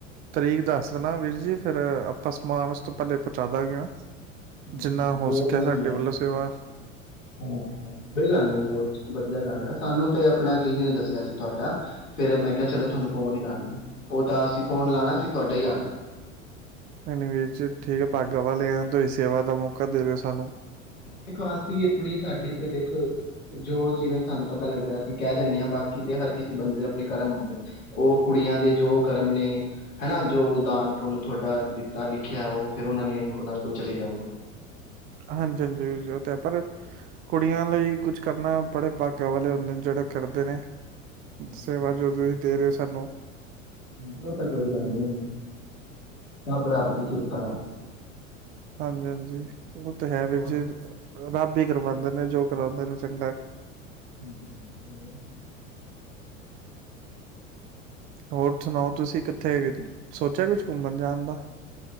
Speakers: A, on the right (about 25°); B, on the left (about 85°).
A: ਤਰੀਕ ਦੱਸ ਦੇਣਾ ਵੀਰ ਜੀ ਫੇਰ ਆਪਾਂ ਸਮਾਨ ਉਸ ਤੋਂ ਪਹਿਲੇ ਪਹੁੰਚਾ ਦਾਂਗੇ ਨਾ।
B: ਹਾਂਜੀ
A: ਜਿੰਨਾ
B: ਹਾਂਜੀ
A: ਹੋ
B: ਬਹੁਤ
A: ਸਕਿਆ
B: ਵਧੀਆ
A: ਸਾਡੇ ਵੱਲੋਂ ਸੇਵਾ
B: ਹਾਂਜੀ ਹਾਂਜੀ ਕੋਈ ਗੱਲ ਨੀ ਬਹੁਤ ਵਧੀਆ ਗੱਲ ਆ ਸਾਨੂੰ ਤੇ ਆਪਣਾ ਕਿਸੇ ਨੇ ਦੱਸਿਆ ਸੀ ਤੁਹਾਡਾ ਫੇਰ ਮੈਂ ਕਿਹਾ ਚਲੋ ਤੁਹਾਨੂੰ ਫੋਨ ਹੀ ਲਾਣੇ ਆ। ਉਹ ਤਾਂ ਅਸੀਂ ਫੋਨ ਲਾਉਣਾ ਅਸੀ ਤੁਹਾਡਾ ਹੀ ਆ ਗਿਆ।
A: ਐਵੇ ਵੀਰ ਜੀ ਠੀਕ ਹੈ ਭੱਗ ਵਾਲੇ ਆ ਤੁਸੀਂ ਸੇਵਾ ਦਾ ਮੌਕਾ ਦੇ ਰਹੇ ਹੋ ਸਾਨੂੰ।
B: ਦੇਖੋ ਅਸੀਂ ਆਪਣੀ ਸਾਡੇ ਤੇ ਦੇਖ ਜੋ ਜਿਵੇਂ ਸਾਨੂੰ ਪਤਾ ਲੱਗਦਾ ਅਸੀਂ ਕਹਿ ਦਿੰਦੇ ਹਾਂ ਬਾਕੀ ਤੇ ਹਰ ਕਿਸੇ ਬੰਦੇ ਦੇ ਆਪਣੇ ਕਰਮ ਹੁੰਦੇ ਉਹ ਕੁੜੀਆਂ ਦੇ ਜੋ ਕਰਮ ਨੇ ਹਨਾ ਜੋ ਦਾਨ ਪੁੰਨ ਤੁਹਾਡਾ ਦਿੱਤਾ ਲਿਖਿਆ ਉਹ ਫਿਰ ਉਹਨਾਂ ਨੇ ਉਹਨਾਂ ਕੋਲ ਚਲੇ ਜਾਊਗਾ।
A: ਹਾਂਜੀ ਹਾਂਜੀ ਜ਼ਰੂਰਤ ਹੈ ਪਰ ਕੁੜੀਆਂ ਲਈ ਕੁਛ ਕਰਨਾ ਬੜੇ ਭਾਗਾਂ ਵਾਲੇ ਹੁੰਦੇ ਨੇ ਜਿਹੜੇ ਕਰਦੇ ਨੇ।
B: ਹਾਂਜੀ
A: ਸੇਵਾ ਜੋ ਤੁਸੀਂ ਦੇ ਰਹੇ ਹੋ ਸਾਨੂੰ
B: ਹਾਂਜੀ ਉਹ ਤਾਂ ਕੋਈ ਗੱਲ ਨੀ ਸਭ ਰੱਬ ਦੀ ਕਿਰਪਾ ਹੈ।
A: ਹਾਂਜੀ ਹਾਂਜੀ ਉਹ ਤਾਂ ਹੈ ਵੀਰ
B: ਹੋਰ
A: ਜੀ ਰੱਬ ਹੀ ਕਰਵਾਦੇ ਨੇ ਜੋ ਕਰਉਂਦੇ ਨੇ ਚੰਗਾ
B: ਹੂੰ ਹੋਰ
A: ਹੋਰ ਸੁਣਾਓ ਤੁਸੀਂ ਕਿੱਥੇ ਸੋਚਿਆ ਕੁਛ ਘੁੰਮਣ ਜਾਣ ਦਾ